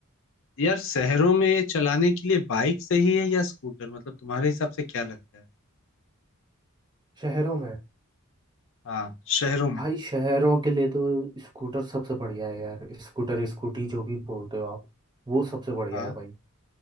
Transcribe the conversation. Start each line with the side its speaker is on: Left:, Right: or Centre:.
Left: यार शहरों में चलाने के लिए बाइक सही है या स्कूटर मतलब तुम्हारे हिसाब से क्या लगता है
Right: शहरों में
Left: हाँ शहरों में
Right: भाई शहरों के लिए तो स्कूटर सबसे बढ़िया है यार स्कूटर स्कूटी जो भी बोलते हो आप वो सबसे बढ़िया
Left: हाँ
Right: है भाई